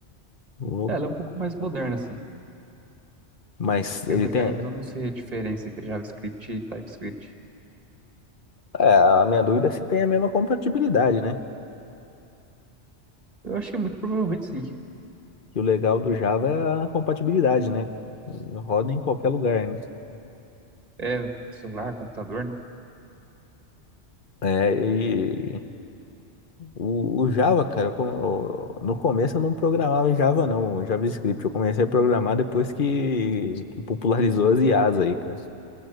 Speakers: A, on the left; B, on the right.
A: Vou-
B: É, Ela é um pouco mais moderna, assim.
A: Mas
B: Eu
A: ele
B: não,
A: tem.
B: é, eu não sei a diferença entre JavaScript e TypeScript.
A: É, a minha dúvida é se tem a mesma compatibilidade, né?
B: Eu acho que muito provavelmente sim.
A: E o legal do Java é a compatibilidade, né? Roda em qualquer lugar, né?
B: É celular, computador, né?
A: É, e o, o Java, cara, como- o- no começo eu não programava em Java, não, em JavaScript. Eu comecei a programar depois que, que popularizou as IAs aí, cara.